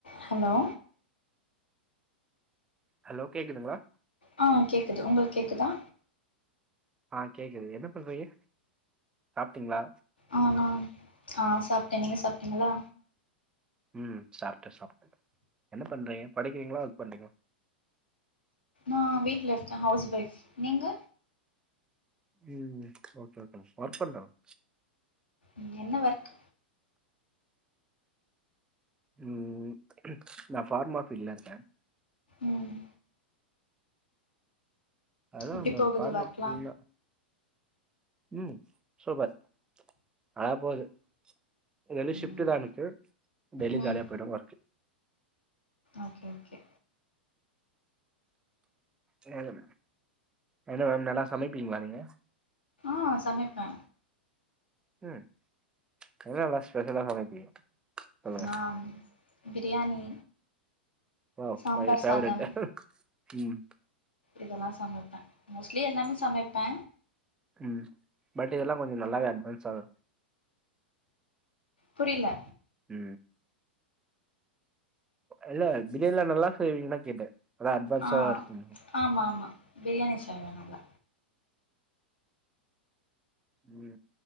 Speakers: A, on the left (about 75°); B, on the right (about 15°).
A: ஹலோ
B: ஹலோ கேக்குதுங்ளா
A: ஆ கேக்குது உங்களுக் கேக்குதா
B: ஆ கேக்குது என்ன பண்றீங்க சாப்ட்டீங்ளா
A: ஆ நா ஆ சாப்ட்டே நீங்க சாப்ட்டீங்களா
B: ம் சாப்ட்டே சாப்ட்டே என்ன பண்றீங்க படிக்கிறீங்களா ஒர்க் பண்றீங்ளா
A: ஆ வீட்ல இருக்க ஹவுஸ் ஒய்ஃப் நீங்க
B: ம் ஓகே ஓகே மேம் ஒர்க் பண்ற மேம்
A: ம் என்ன ஒர்க்
B: ம் நா ஃபார்மா ஃபீல்ட்ல இருக்கே
A: ம்
B: அதா
A: எப்டி
B: மேம்
A: போகுது
B: ஃபார்மா
A: ஒர்க்லா
B: ஃபீல்னா ம் சூப்பர் அதலா போது இது வந்து
A: ம்
B: ஷிஃப்ட்டுதா எனக்கு டெய்லியு
A: ம்
B: ஜாலியா போயிடு ஒர்க்கு
A: ஓகே ஓகே
B: இன்னு இல்ல என்ன மேம் நல்லா சமைப்பீங்ளா நீங்க
A: ஆ சமைப்பே
B: ம் என்னெல்லா ஸ்பெஷலா சமைப்பீங்க சொல்லுங்க
A: நா biryani
B: oh
A: sambar
B: my favourite
A: சாதம்
B: ம்
A: இதெல்லா சமைப்பே மோஸ்ட்லி எல்லாமே சமைப்பே
B: ம் பட் இதெல்லா கொஞ்சோ நல்லாவே அட்வான்ஸ் ஆகு
A: புரியல
B: உ இல்ல பிரியாணிலா நல்லா செய்வீங்களான்னு கேட்டே அதா அட்வான்ஸா
A: ஆ
B: இருக்கு
A: ஆமா ஆமா பிரியாணி செய்வே நல்லா
B: உ